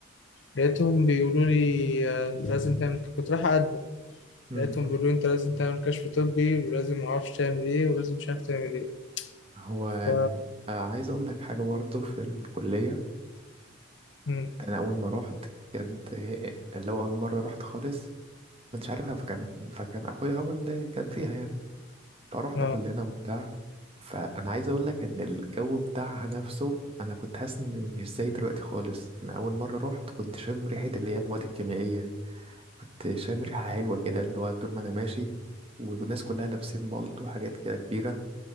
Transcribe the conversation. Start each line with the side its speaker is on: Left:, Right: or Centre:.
Left: لقيتهم بيقولوا لي آه، لازم تعمل كنت رايح أقدم
Right: مم.
Left: لقيتهم بيقولوا لي أنت لازم تعمل كشف طبي ولازم معرفش تعمل إيه ولازم مش عارف تعمل إيه
Right: هو
Left: ف
Right: آه، عايز اقول لك حاجه برضو في الكليه
Left: مم.
Right: انا اول ما روحت كانت آه، اللي هو اول مره روحت خالص كنتش عارفها فكان فكان اخويا هو اللي كان فيها يعني فروحنا
Left: آه
Right: كلنا وبتاع فانا عايز اقول لك ان الجو بتاعها نفسه انا كنت حاسس ان مش زي دلوقتي خالص انا اول مره روحت كنت شامم ريحه اللي هي المواد الكيميائيه كنت شامم ريحه حلوه كده اللي هو طول ما انا ماشي والناس كلها لابسين مالت وحاجات كده كبيره